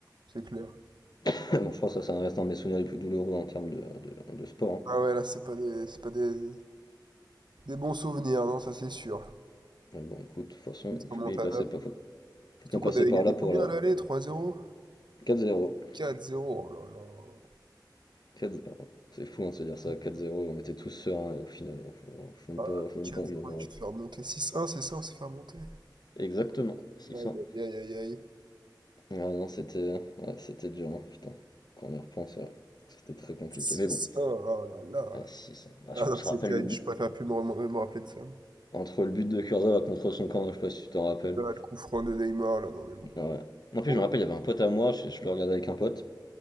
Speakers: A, on the right; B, on the left.
A: c'est clair.
B: <laughs> Bon, je crois que ça, ça reste un de mes souvenirs les plus douloureux en termes de, de, de sport. hein.
A: Ah ouais, là, c'est pas des, c'est pas des, des bons souvenirs, non, ça c'est sûr.
B: Mais bon, écoute, de toute façon,
A: Cette remontada.
B: faut bien y passer, par- faut, faut
A: Surtout
B: bien
A: qu'on
B: passer
A: avait
B: par
A: gagné
B: là
A: combien
B: pour la
A: à l'aller? 3-0?
B: 4-0.
A: 4-0, oh là là.
B: 4-0. C'est fou hein, de se dire ça, 4-0, on était tous sereins, et au final, euh, faut- euh, je n'ai
A: Ah,
B: même pas, je même
A: 4-0,
B: pas envie d'en moral.
A: et tu te fais remonter. 6-1, c'est ça, on s'est fait remonter.
B: Exactement, 600.
A: Aïe, aïe, aïe, aïe. aïe.
B: Ah non, c'était ouais, c'était dur, hein, putain. Quand on y repense, ouais, c'était très compliqué.
A: Six
B: Mais bon,
A: un oh là là.
B: ah, 600. Ah,
A: Ah
B: je
A: non,
B: te
A: c'est
B: rappelle
A: terrible,
B: le but.
A: je préfère plus me, rem- me rappeler de ça.
B: Entre le but de Kurzawa contre son camp, je sais pas si tu t'en rappelles.
A: Ah, le coup franc de Neymar, là, non mais bon.
B: Ouais. En plus,
A: Bon,
B: je me
A: éc-
B: rappelle, il y avait un pote à moi, je, je le regardais avec un pote,